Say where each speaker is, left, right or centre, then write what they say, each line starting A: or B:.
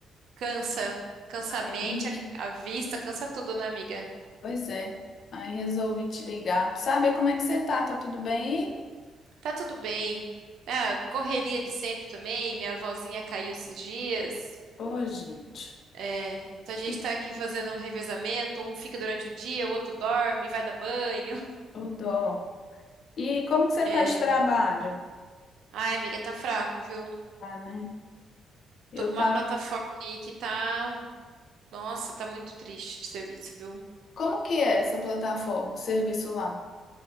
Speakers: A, on the right (about 75°); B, on the left (about 60°).
A: Cansa. Cansa a mente,
B: Aí,
A: a, a vista, cansa tudo, né, amiga?
B: pois é. Aí resolvi te ligar. pra Saber como é que você tá? Tá tudo bem
A: Tá tudo bem. Ah, correria de sempre também, minha vozinha caiu esses dias.
B: aí? Ô, gente.
A: É, então a gente
B: E,
A: tá aqui fazendo um revezamento, um fica durante o dia, o outro dorme, vai dar banho.
B: ô, dó. E como que você
A: É...
B: tá de trabalho?
A: Ai, amiga, tá fraco, viu?
B: Ah, né? Eu
A: Tô com uma
B: tava.
A: plataforma aí que tá... Nossa, tá muito triste de serviço, viu?
B: Como que é essa plataforma, o serviço lá?